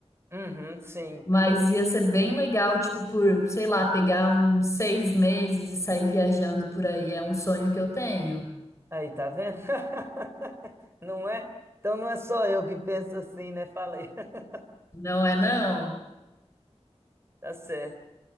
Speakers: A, on the right; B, on the left.
A: Uhum, sim.
B: mas ia ser bem legal, tipo, por, sei lá, pegar uns seis meses e sair viajando por aí. É um sonho que eu tenho.
A: Aí, tá vendo? <laughs> Não é? Então não é só eu que penso assim, né? Falei. <laughs>
B: Não é não?
A: Tá certo.